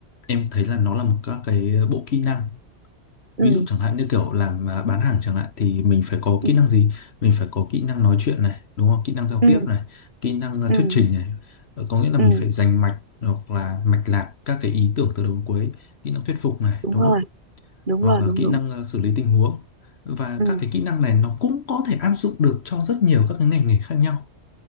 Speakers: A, on the left; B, on the right.
A: em thấy là nó là một các cái bộ kỹ năng
B: ừ
A: ví dụ chẳng hạn như kiểu làm à, bán hàng chẳng hạn thì mình phải có
B: ừ
A: kỹ năng gì mình phải có kỹ năng nói chuyện này đúng không kỹ năng giao
B: ừ
A: tiếp này kỹ năng à,
B: ừ
A: thuyết trình này Ờ, có nghĩa là
B: ừ.
A: mình phải dành mạch hoặc là mạch lạc các cái ý tưởng từ đầu đến cuối kỹ năng thuyết phục này
B: đúng
A: đúng
B: rồi
A: không
B: đúng
A: hoặc
B: rồi đúng
A: là kỹ
B: đúng
A: năng à, xử lý tình huống và
B: ừ
A: các cái kỹ năng này nó cũng có thể áp dụng được cho rất nhiều các cái ngành nghề khác nhau